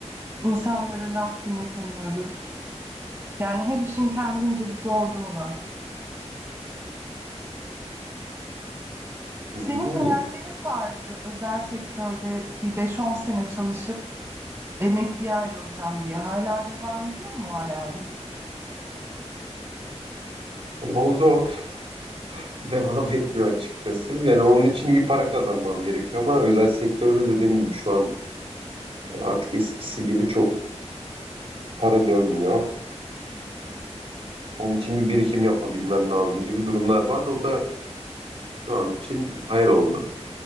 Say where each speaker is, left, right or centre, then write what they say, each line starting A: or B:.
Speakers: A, on the right; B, on the right.
A: İnsanlara laf dinletemiyoruz. Yani her işin kendince bir zorluğu var.
B: Yani,
A: Senin hayallerin vardı özel sektörde bir beş on sene çalışıp emekliye ayrılacağım diye. Hala devam ediyor mu o hayalin?
B: yani o zor. <laughs> Devam etmiyor açıkçası. Yani onun için iyi para kazanmam gerekiyor ama özel sektörde dediğim gibi şu an Artık eskisi gibi çok para dönmüyor. Onun için bir birikim yapabilmem lazım gibi durumlar vardı. O da şu an için hayal oldu.